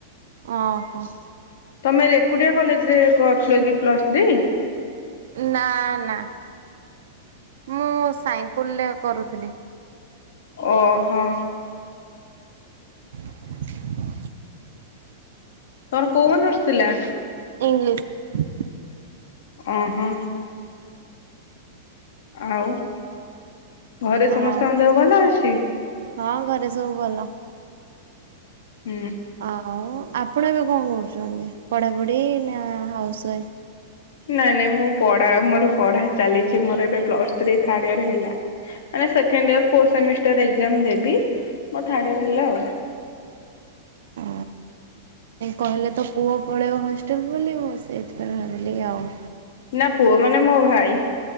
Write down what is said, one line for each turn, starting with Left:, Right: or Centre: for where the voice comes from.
Right: ହଁ ହଁ।
Left: ତମେ ରେକୁଟିଆ କଲେଜ ରେ କରିଥିଲ କି ପ୍ଲସ ଥ୍ରୀ।
Right: ନା ନା। ମୁଁ ସାଇଙ୍କୁଲରେ କରୁଥିଲି।
Left: ଓହୋ।
Right: <inaudible>
Left: ତମର କୋଉ ଅନର୍ଷ ଥିଲା?
Right: ଇଂଲିଶ।
Left: ଓ ହୋ। ଆଉ ଘରେ ସମସ୍ତଙ୍କ
Right: ଆଉ
Left: ଦେହ ଭଲ ଅଛି?
Right: ହଁ ଘରେ ସବୁ ଭଲ।
Left: ହୁଁ।
Right: ଆଉ ଆପଣ ଏବେ କଣ କରୁଚନ୍ତି ପଢାପଢି ନା ହାଉସ ୱା
Left: ନାଇଁ ନାଇଁ ମୁଁ ପ ମୋର ପଢା ଚାଲିଚି ମୋର ଏବେ ପ୍ଲସ ଥ୍ରୀ ଥାଡ ଇୟର ହେଲା। ମାନେ second year four semester exam ଦେବୀ ମୋର ଥାଡ୍ ଇୟର ହେଲା ଆଉ।
Right: ଓ। କହିଲେ ତ ପୁଅ ପଳେଇବ ହଷ୍ଟେଲ ବୋଲି ମୁଁ ସେଇଥିପାଇଁ ଭାବିଲି ଆଉ।
Left: ନା ପୁଅ ମାନେ ମୋ ଭାଇ।